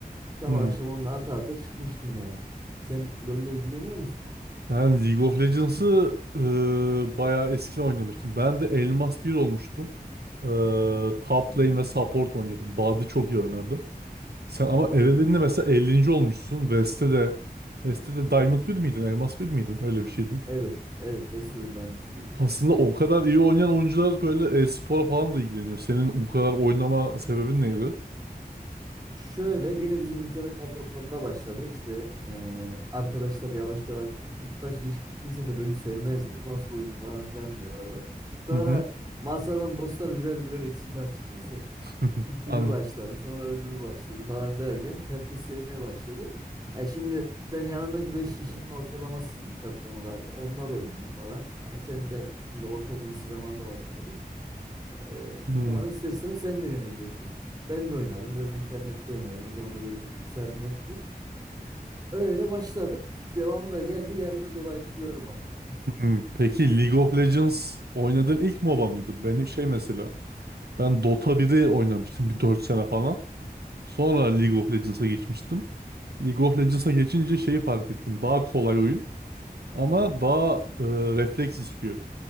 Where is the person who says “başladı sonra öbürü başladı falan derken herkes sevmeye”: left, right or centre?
Right